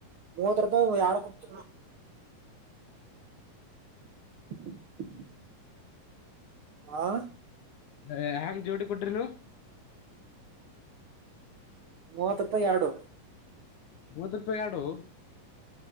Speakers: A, on the right (about 90°); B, on the left (about 70°).
A: ಮೂವತ್ತು ರೂಪಾಯಿ ಆಳ ಕೊಡ್ತ <unintelligible> ಹಾ
B: ಹೆ್ಯಾಂಗ ಜೋಡಿ ಕೊಟ್ರಿ ನೀ
A: ಮೂವತ್ ರೂಪಾಯಿ ಎರಡು
B: ಮೂವತ್ ರೂಪಾಯಿ ಎರಡು